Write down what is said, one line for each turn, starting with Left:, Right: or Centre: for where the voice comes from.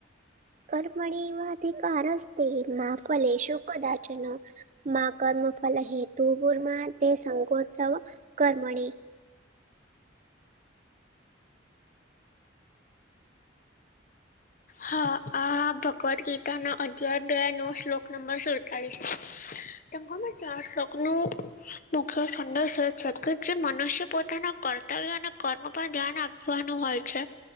Right: કર્મણી વાથીિક રસતેમાં ફલે શો કદાચ ન <unintelligible> મા કર્મ ફલ હેતુ પુર્મા તે સંગોત્સવ કર્મણી <unintelligible>
Left: હા આ ભગવદ્ ગીતાના અધ્યાય બે નો શ્લોક નંબર સુડતાળીસ તને ખબર છે આ શ્લોક નો મુખ્ય સંદેશ એ છે કે જે મનુષ્ય પોતાના કર્મ અને કર્મ પર ધ્યાન આપવાનું હોય છે